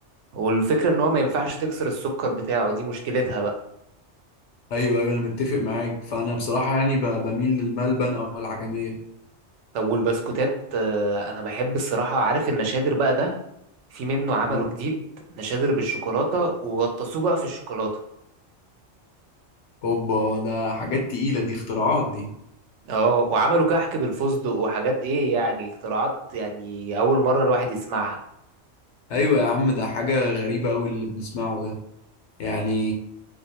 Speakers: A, on the right (about 85°); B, on the left (about 80°).
A: والفكره ان هو ما ينفعش تكسر السكر بتاعه دي مشكلتها بقى
B: ايوه ايوه انا متفق معاك فانا بصراحة يعني ب- بميل للملبن او العجمية
A: طب والبسكوتات آه، انا بحب الصراحه عارف النشادر بقى ده في منه عمله
B: اه
A: جديد نشادر بالشوكولاته وغطسوه بقى في الشوكولاته
B: اوبا ده حاجات تقيلة دي اختراعات دي
A: اه وعملوا كحك بالفستق وحاجات ايه يعني اختراعات يعني اول مرة الواحد يسمعها
B: ايوه يا عم ده حاجة غريبة أوي اللي بنسمعه ده يعني